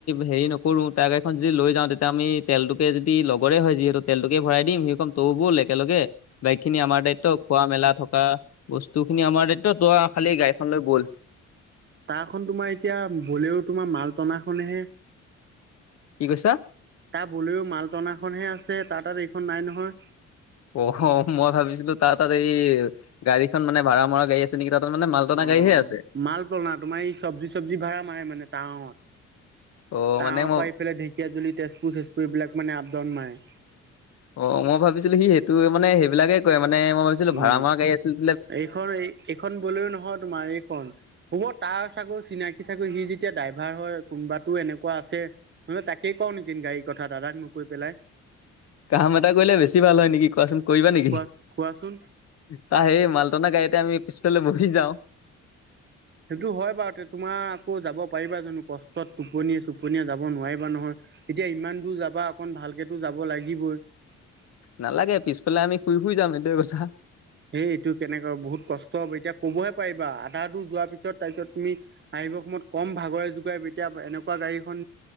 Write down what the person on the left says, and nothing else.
হেৰি নকৰোঁ তাই গাড়ীখন যদি লৈ যাওঁ তেতিয়া আমি তেলটোকে যদি লগৰে হয় যিহেতু তেলটোকে ভৰাই দিম সি কম তৌ ব'ল একেলগে বাকী খিনি আমাৰ দায়িত্ব খোৱা মেলা থকা বস্তু খিনি আমাৰ দায়িত্ব ত খালী গাড়ীখনলৈ বল
কি কৈছা
অ মই ভাবিছিলো তাত তাত এই গাড়ীখন মানে ভাড়া মৰা গাড়ী আছে নেকি? তাৰ তাত মানে মাল টনা
গাড়ীহে আছে
অ
মানে মই
অ মই ভাবিছিলো সি সেইটোৱে মানে সেইবিলাকে কয় মফ ভাবছিলো
ভড়া মৰা গাড়ী আছিলো
কাম এটা কৰিলে বেছি ভাল হয় নেকি কোৱাচোন? কৰিবা নেকি?
তাৰ সেই মালটনা গাড়ীতে আমি পিছফালে বহি যাওঁ
নালাগে। পিছফালে আমি শুই-শুই যাম এইটো কথা।